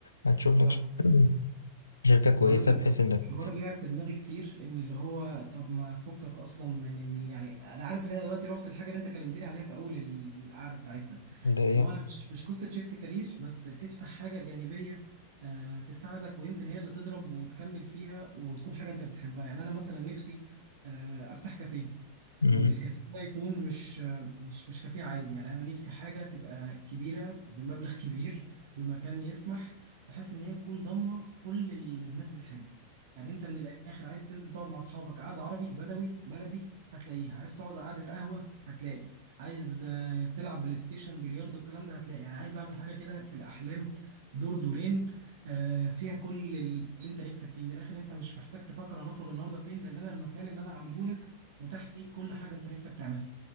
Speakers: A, on the left; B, on the right.
A: هتشوف لك
B: فاهم
A: ش... <clears throat> شركه كويسه
B: طب انا <laughs>
A: بحيث انك
B: الحوار لعب في دماغي كتير ان اللي هو طب ما فكك اصلا من اني يعني انا عارف ان انا دلوقتي رحت الحاجه اللي انت كلمتني عليها في اول القعده بتاعتنا
A: اللي
B: اللي هو انا مش مش قصه شيفت كارير بس تفتح حاجه جانبيه آه، تساعدك ويمكن هي اللي تضرب وتكمل فيها وتكون حاجه انت بتحبها يعني انا مثلا نفسي آه، افتح كافيه
A: هي
B: وان الكافيه ده يكون مش مش مش كافيه عادي يعني انا نفسي حاجه تبقى كبيره بمبلغ كبير بمكان يسمح بحيث ان هي تكون ضامه كل اللي الناس بتحبه يعني انت من الاخر عايز تنزل تقعد مع اصحابك قعده عربي بدوي بلدي هتلاقيها عايز تقعد قعده قهوه هتلاقي عايز آه، تلعب بلاي ستيشن بلياردو الكلام ده هتلاقي يعني عايز اعمل حاجه كده في الاحلام دور دورين آه، فيها كل اللي انت نفسك فيه من الاخر انت مش محتاج تفكر هنخرج النهارده فين لان انا المكان اللي انا عامله لك متاح فيه كل حاجة انت نفسك تعملها